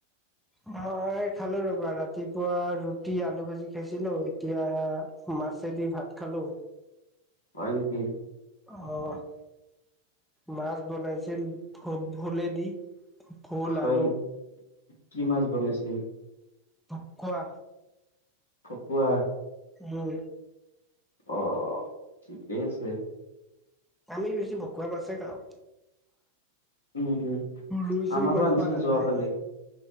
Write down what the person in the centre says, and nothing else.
মই খালোঁ ৰবা ৰাতিপুৱা ৰুটি আলু ভাজি খাইছিলোঁ, এতিয়া- মাছে দি ভাত খালোঁ।
অঁ' মাছ বনাইছিল ভু-ভুলে দি। ভুল,
আলু,
ভুকুৱা।
উমঁ।
আমি বেছি ভকুৱা মাছে খাওঁ।
ৰুই চুই
ইমান
খোৱা নাযায়।